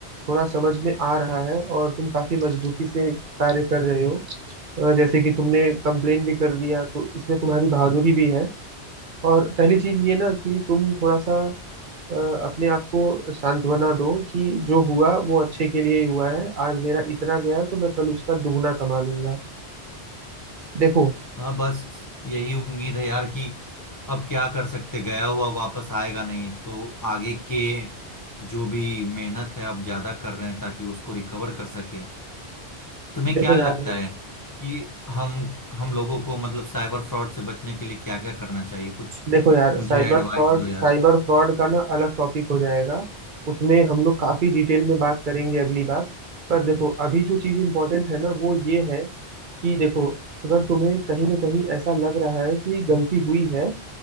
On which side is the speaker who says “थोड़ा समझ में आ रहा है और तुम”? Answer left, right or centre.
Right